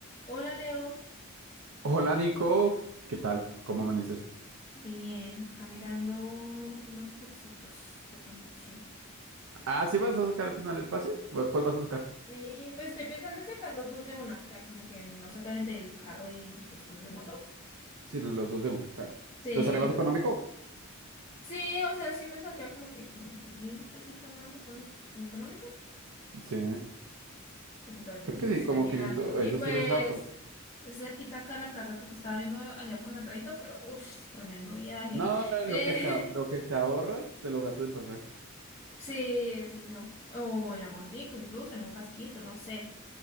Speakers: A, on the left; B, on the right.
A: Hola Leo,
B: Hola Nico, ¿qué tal? ¿Cómo amaneces?
A: bien, acá mirando unos cursitos de conducción.
B: Ah, ¿sí vas a sacar al final el pase? ¿O ¿Cuál vas a sacar?
A: Sí, pues estoy pensando en sacar los dos de una, o sea, como que no sacar el del carro y después el de moto.
B: Si no, los dos de una, claro.
A: Sí,
B: ¿Te sale más económico?
A: sí, o sea, sí me saldría como que quinientos mil pesitos más se pone económico.
B: Sí,
A: Entonces,
B: creo que
A: pues
B: sí,
A: estoy
B: como
A: mirando.
B: 500, eso
A: Y pues
B: siempre es harto.
A: es cerquita acá la casa porque estaba viendo allá por la 30, pero uff, tremendo viaje.
B: No,
A: Eh,
B: lo que te, a- lo que te ahorras, te lo gastas en pasajes.
A: <laughs> sí, es eso. O en la motico, incluso en un casquito, no sé.